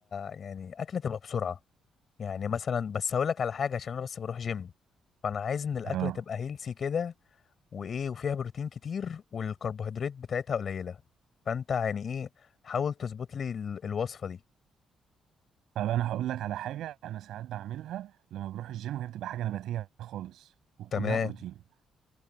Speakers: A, on the left (about 50°); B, on the right (about 80°).
A: يعني اكله تبقى بسرعه يعني مثلا بس هقول لك على حاجه عشان انا بس بروح جيم فانا عايز ان الاكله
B: اه
A: تبقى هيلسي كده وايه وفيها بروتين كتير والكربوهيدرات بتاعتها قليله فانت يعني ايه حاول تظبط لي ال- الوصفه دي
B: طب انا هقول لك على حاجه انا ساعات بعملها لما بروح الجيم وهي بتبقى حاجه نباتيه خالص وكلها
A: تمام
B: بروتين